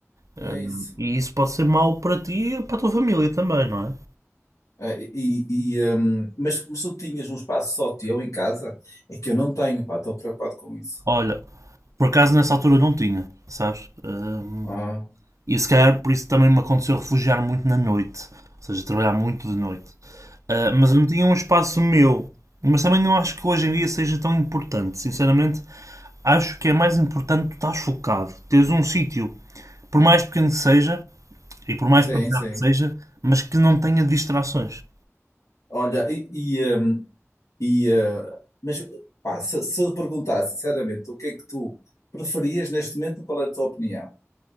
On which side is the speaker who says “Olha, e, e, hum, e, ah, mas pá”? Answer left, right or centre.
Left